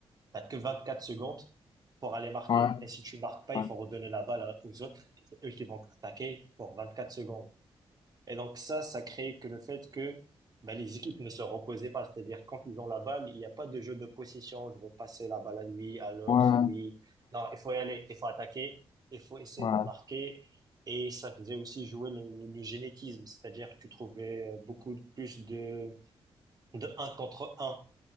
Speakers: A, on the right (about 40°); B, on the left (about 50°).
A: t'as que 24 secondes pour aller marquer.
B: ouais,
A: Et si tu marques pas, il
B: ouais,
A: faut redonner la balle à- aux autres, c'est eux qui vont attaquer pour 24 secondes. Et donc ça, ça crée que le fait que bah, les équipes ne se reposaient pas, c'est-à-dire quand ils ont la balle, il n'y a pas de jeu de possession, je vais passer la balle à lui, à l'autre,
B: ouais,
A: à lui. Non, il faut y aller, il faut attaquer, il faut essayer
B: ouais,
A: de marquer. Et ça faisait aussi jouer le, le- le génétisme, c'est-à-dire que tu trouvais euh, beaucoup plus de, de un contre un.